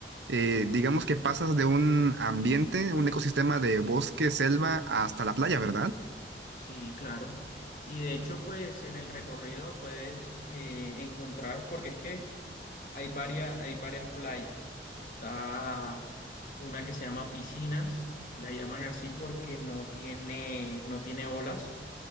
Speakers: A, on the right; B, on the left.
A: eh, digamos que pasas de un ambiente, un ecosistema de bosque, selva, hasta la playa, ¿verdad?
B: Sí, claro. Y de hecho, pues en el recorrido puedes eh, encontrar, porque es que Hay varias, hay varias playas. Está una que se llama Piscinas, la llaman así porque no tiene, no tiene olas,